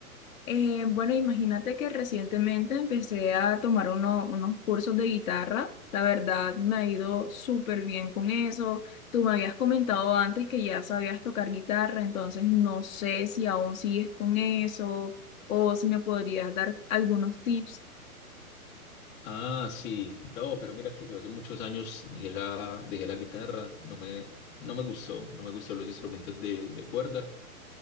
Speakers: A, on the left (about 65°); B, on the left (about 25°).
A: Eh, bueno, imagínate que recientemente empecé a tomar uno- unos cursos de guitarra. La verdad, me ha ido súper bien con eso. Tú me habías comentado antes que ya sabías tocar guitarra, entonces no sé si aún sigues con eso o si me podrías dar algunos tips.
B: Ah, sí. No, pero mira que yo hace muchos años dejé la, dejé la guitarra. No me, no me gustó, no me gustó los instrumentos de, de cuerda.